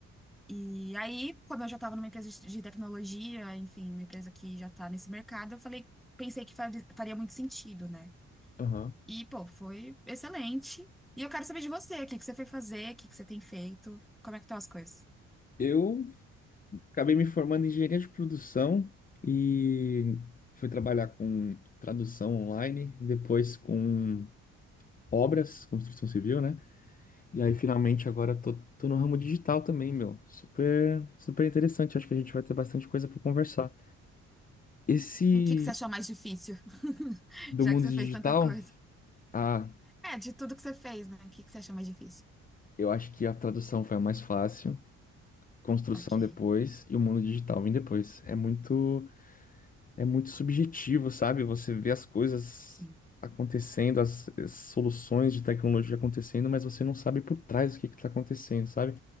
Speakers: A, in the centre; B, on the left.
A: E aí, como eu já estava numa empresa de de tecnologia, enfim, uma empresa que já está nesse mercado, eu falei, pensei que fari- faria muito sentido, né?
B: aham.
A: E, pô, foi excelente. E eu quero saber de você, o que que você foi fazer, o que que você tem feito, como é que estão as coisas?
B: Eu Acabei me formando em engenharia de produção e fui trabalhar com tradução online, depois com obras, construção civil, né? E aí finalmente agora tô, tô no ramo digital também, meu. Super, super interessante. Acho que a gente vai ter bastante coisa para conversar. Esse
A: E o que que você achou mais difícil? <laughs>
B: do
A: Já
B: mundo
A: que você
B: digital,
A: fez tanta coisa.
B: ah,
A: É, de tudo que você fez, né? O que que você achou mais difícil?
B: eu acho que a tradução foi a mais fácil, construção
A: Ok,
B: depois e o mundo digital vem depois. É muito é muito subjetivo, sabe? Você vê as coisas
A: sim.
B: acontecendo, as, as soluções de tecnologia acontecendo, mas você não sabe por trás o que está acontecendo, sabe?